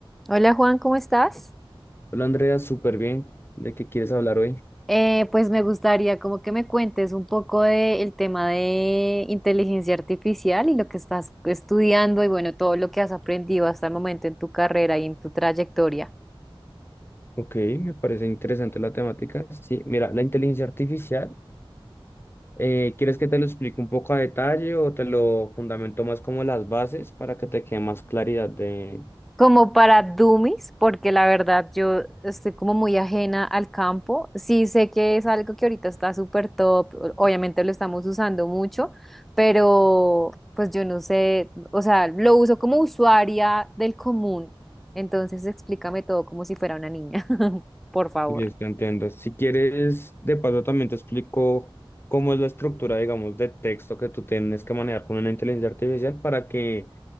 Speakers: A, in the centre; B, on the left (about 25°).
A: Hola Juan, ¿cómo estás?
B: Hola Andrea, súper bien. ¿De qué quieres hablar hoy?
A: Eh, pues me gustaría como que me cuentes un poco del tema de inteligencia artificial y lo que estás estudiando y bueno, todo lo que has aprendido hasta el momento en tu carrera y en tu trayectoria.
B: Ok, me parece interesante la temática. Sí, mira, la inteligencia artificial, eh, ¿quieres que te lo explique un poco a detalle o te lo fundamento más como las bases para que te quede más claridad de
A: Como para dummies, porque la verdad yo estoy como muy ajena al campo. Sí sé que es algo que ahorita está súper top, o- obviamente lo estamos usando mucho, pero pues yo no sé, o sea, lo uso como usuaria del común. Entonces explícame todo como si fuera una niña, <laughs> por favor.
B: de esto entiendo? Si quieres, de paso también te explico cómo es la estructura, digamos, de texto que tú tienes que manejar con una inteligencia artificial para que